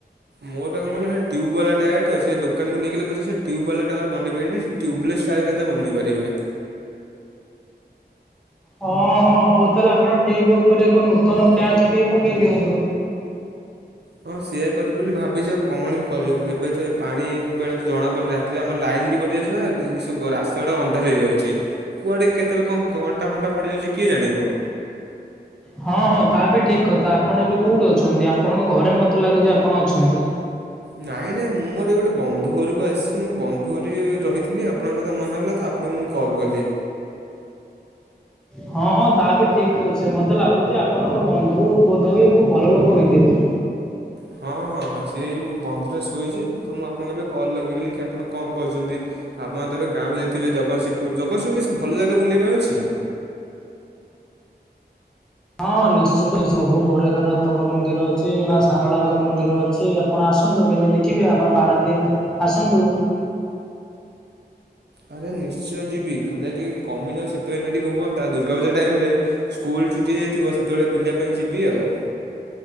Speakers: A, on the right; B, in the centre.
A: ମୋର ବା କଣ କହିଲ ସେ ଟ୍ୟୁବ୍ ବାଲା ଟାୟାର ତ ସେ ଦୋକାନକୁ ନେଇଗଲେ କହୁଛନ୍ତି ସେ ଟ୍ୟୁବ୍ ବାଲା ଟାୟାର ବନେଇ ପାରିବେନି। ସେ ଟ୍ୟୁବଲେସ୍ ଟାୟାର ଖାଲି ଯାହା ବନେଇ ପାରିବେ।
B: ହଁ ହଁ ହଉ ତାହେଲେ ଆପଣ ଟ୍ୟୁବ୍ ଉପରେ ଏକ ନୂତନ ପ୍ୟାଚ୍ ଟିଏ ପକେଇ ଦିଅନ୍ତୁ।
A: ହଁ ସେଇଆ କରିବି ବୋଲି ଭାବିଚି। ଆଉ କଣ ହିଁ କରିହବ। ଏବେ ତ ଏଇ ପାଣି ବେଳେ ତ ଜଣା ପଡୁନି। ରା ତିରେ ଆମର ଲାଇନ ବି କଟି ଯାଉଚି ନା ସବୁ ରାସ୍ତା ଗୁଡା ଅନ୍ଧାର ହେଇଯାଉଚି। କୁଆଡେ କେତେବେଳେ କଣ କଣ୍ଟା ଫଣ୍ଟା ପଡିଯାଉଚି କିଏ ଜାଣିବ।
B: ହଁ ହଁ ତା ବି ଠିକ୍ କଥା। ଆପଣ ଏବେ କୋଉଠି ଅଛନ୍ତି? ଆପଣଙ୍କ ଘରେ ମତେ ଲାଗୁଚି ଆପଣ ଅଛନ୍ତି।
A: ନାଇଁ ନାଇଁ ମୁଁ ମୋର ଏଇ ଗୋଟେ ବନ୍ଧୁ ଘରକୁ ଆସିଚି। ମୁଁ ବନ୍ଧୁ ଘରେ ରହିଥିଲି। ଆପଣଙ୍କ କଥା ମନେପଡିଲା ତ ଆପ ଆପଣଙ୍କୁ ମୁଁ କଲ୍ କଲି।
B: ହଁ ହଁ ତା ବି ଠିକ୍ ଅଛି। ମତେ ଲାଗୁଚି ଆପଣଙ୍କ ବନ୍ଧୁ ବୋଧହୁଏ ଖୁବ୍ ଭଲ ଲୋକ ହୋଇଥିବେ।
A: ହଁ ହଁଁ ସିଏ ମୁଁ ବନ୍ଧଟା ଶୋଇଛି ତ ମୁଁ ଆପଣଙ୍କୁ ଏବେ କଲ୍ ଲଗେଇଲି କି ଆପଣ କଣ କହୁଛନ୍ତି? ଆପଣ ତ ଏବେ ଗାଁକୁ ଯାଇଥିବେ ଜଗତସିଂହପୁର। ଜଗତସିଂହପୁର ରେ କିଛି ଭଲ ଜାଗା ବୁଲିବା ପାଇଁ ଅଛି?
B: ହଁ ନିଶ୍ଚିନ୍ତ ନିଶ୍ଚନ୍ତ। ପ୍ରଭୁ ଗୋରେଖନାଥଙ୍କ ମନ୍ଦିର ଅଛି। ମା ସାରଳାଙ୍କ ମନ୍ଦିର ଅଛି। ଆପଣ ଆସନ୍ତୁ କେବେ ଦେଖିବେ, ଆମ ପାରାଦ୍ଵୀପ ଆସନ୍ତୁ।
A: ଆରେ ନିଶ୍ଚୟ ଯିବି। ଖାଲି ଟିକେ କମି ଯାଉ ଶୀତ ଦିନ ଟିକେ ହୁଅନ୍ତା ଦୁର୍ଗାପୂଜା ଟାଇମ୍ ରେ ସ୍କୁଲ୍ ଛୁଟି ହେଇ ଯାଇଥିବ, ସେତେବେଳେ ବୁଲିବା ପାଇଁ ଯିବି ଆଉ।